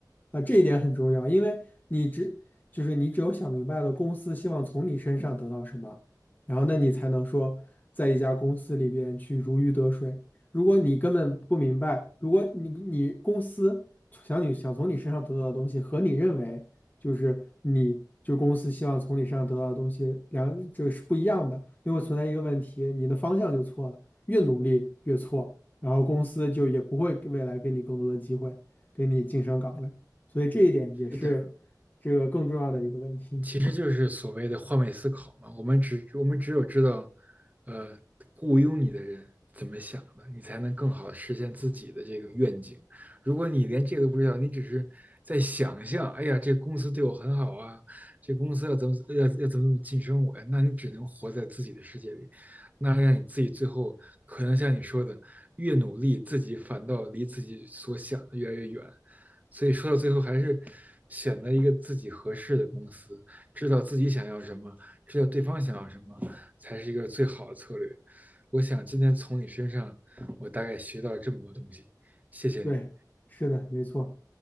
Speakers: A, on the left; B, on the right.
A: 啊，这一点很重要，因为你只就是你只有想明白了公司希望从你身上得到什么，然后那你才能说在一家公司里边去如鱼得水。如果你根本不明白，如果你你公司想你想从你身上得到的东西和你认为就是你就公司希望从你身上得到的东西两这个是不一样的，就会存在一个问题，你的方向就错了，越努力越错，然后公司就也不会给未来给你更多的机会，给你晋升岗位。所以这一点也是这个更重要的一个问题。
B: 是的，其实就是所谓的换位思考嘛。我们只我们只有知道，呃，雇佣你的人怎么想的，你才能更好的实现自己的这个愿景。如果你连这个都不知道，你只是在想象，哎呀，这公司对我很好啊，这公司要怎么要要怎么怎么晋升我呀？那你只能活在自己的世界里，那让你自己最后可能像你说的，越努力，自己反倒离自己所想的越来越远。所以说到最后还是选择一个自己合适的公司，知道自己想要什么，知道对方想要什么，才是一个最好的策略。我想今天从你身上，我大概学到这么多东西，谢谢你。
A: 对，是的，没错。